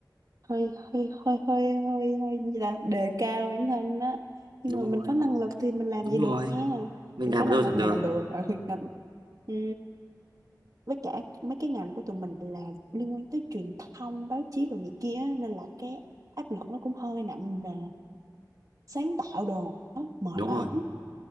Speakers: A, on the right; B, on the right.
A: hơi hơi hơi hơi hơi hơi gì là đề cao bản thân đó nhưng
B: đúng
A: mà mình
B: rồi
A: có năng lực thì mình làm
B: đúng
A: gì
B: rồi
A: được nha
B: mình
A: mình
B: làm
A: có năng
B: ở đâu
A: lực
B: chẳng
A: thì
B: được
A: mình làm được ừ, ừ. với cả mấy cái ngành của tụi mình là liên quan tới truyền thông báo chí rồi này kia á, nên là cái áp lực nó cũng hơi nặng nề sáng tạo đồ á, mệt
B: đúng
A: lắm
B: rồi